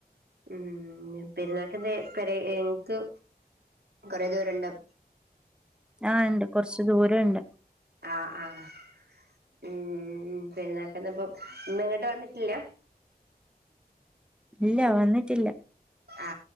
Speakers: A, on the right; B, in the centre.
A: ഉം പെരുന്നാക്ക് എന്തേ പെരേക്ക് കൊറെ ദൂരം ഇണ്ടോ
B: ആഹ് ഉണ്ട് കുറച്ച് ദൂരണ്ട്
A: ആഹ് ആഹ് ഉം പെരുന്നാക്ക് എന്നിപ്പം ഇമ്മ ഒന്നും ഇങ്ങോട്ട് വന്നിട്ടില്ല
B: ഇല്ല വന്നിട്ടില്ല
A: ആ